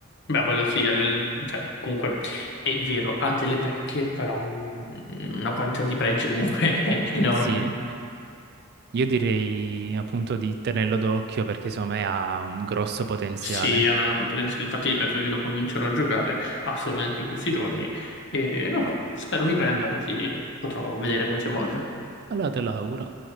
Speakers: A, on the left (about 50°); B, on the right (about 45°).
A: Beh, quello sì, a livello- cioè, comunque è vero, ha delle pecche, però mh, una quantità di pregi comunque <laughs> enormi.
B: Sì, io direi appunto di tenerlo d'occhio perché secondo me ha un grosso potenziale.
A: Sì, è una potenziale, infatti ripeto, io lo comincerò a giocare assolutamente in questi giorni e non so, spero mi prenda così potrò vedere come si evolve.
B: Allora te lo auguro.